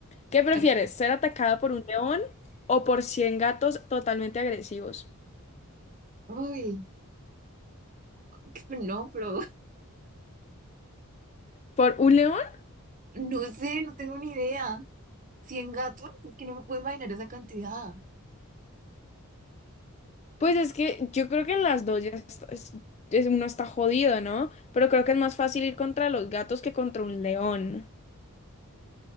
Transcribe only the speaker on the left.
¿Qué prefieres?
¿Ser atacado por un león o por 100 gatos totalmente agresivos?
¿Por un león?
Pues es que yo creo que en las dos ya está- es- es- uno está jodido, ¿no? Pero creo que es más fácil ir contra los gatos que contra un león.